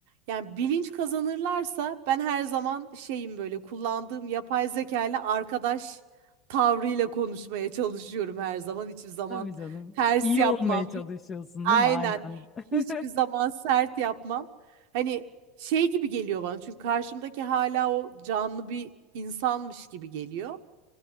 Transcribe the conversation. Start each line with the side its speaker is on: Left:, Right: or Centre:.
Right: Yani bilinç kazanırlarsa ben her zaman şeyim böyle kullandığım yapay zeka ile arkadaş tavrıyla konuşmaya çalışıyorum her zaman. Hiçbir zaman
Left: Tabii canım.
Right: ters
Left: İyi
Right: yapmam.
Left: olmaya çalışıyorsun
Right: Aynen.
Left: değil mi? Aynen. <laughs>
Right: Hiçbir zaman sert yapmam. Hani şey gibi geliyor bana çünkü karşımdaki hala o canlı bir insanmış gibi geliyor.